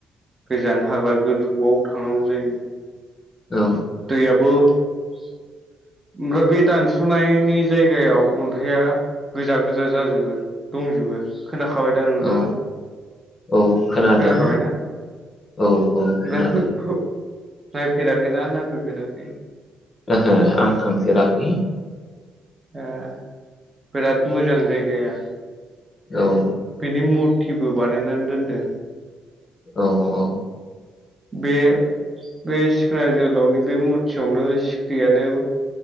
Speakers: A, on the right; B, on the left.
A: गोजान हाग्रा गोथौआव थांनांगौ जायो।
B: औ
A: दैयाबो ओमफ्राय बे दानसनायनि जायगायाव अन्थाइआ गोजा गोजा जाजोबो दंजोबो। खोनाखाबाय दा नोंथाङा
B: औ औ खोनादों
A: खोनाखाबायना
B: औ औ खोनादों।
A: ओमफ्राय फो फो नायफेराखैना होफेराखै।
B: ओहो आं थांफेराखै।
A: ओ बिराद मोजां जायगाया।
B: औ
A: बिनि मुरतिबो बानायनानै दोनदों।
B: औ औ
A: बे बे सिखोना जोहोलावनि बे मुरथियावनो सिखिरियानो